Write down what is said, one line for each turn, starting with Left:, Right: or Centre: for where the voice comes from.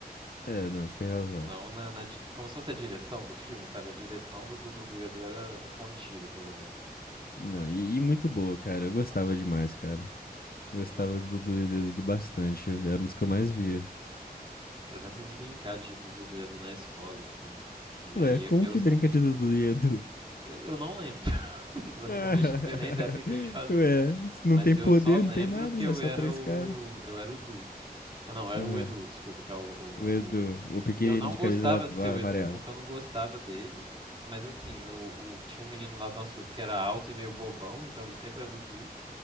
Left: É, não, você tem razão.
Right: não na, na di- como se fosse a direção do filme, sabe? A direção do Dudu e Edu era contida pelo menos.
Left: Não, e, e muito boa, cara. Eu gostava demais, cara. Gostava
Right: Nossa,
Left: do Dudu e do Edu bastante. Era um dos que eu mais via.
Right: eu lembro de brincar de Dudu do Edu na escola, assim. E
Left: Ué,
Right: aí
Left: como
Right: eu, eu
Left: que
Right: sempre.
Left: brinca de Dudu e Edu?
Right: Eu, eu não lembro. <laughs>
Left: <laughs>
Right: Realmente não tenho nem ideia do que, que a gente fazia.
Left: Ué, se não
Right: Mas
Left: tem
Right: eu
Left: poder,
Right: só lembro
Left: não tem nada,
Right: que eu
Left: Zé, só
Right: era
Left: três
Right: o.
Left: caras.
Right: Eu era o Du. Ah, não, eu era
Left: Ah,
Right: o Edu, desculpa, que é o, o-
Left: o Edu,
Right: o-
Left: o pequenino
Right: E eu não
Left: de
Right: gostava
Left: camisa a-
Right: de ser o
Left: amarela.
Right: Edu, porque eu não gostava dele. Mas assim, o, o- tinha um menino lá do nosso grupo que era alto e meio bobão, então ele sempre era o Du.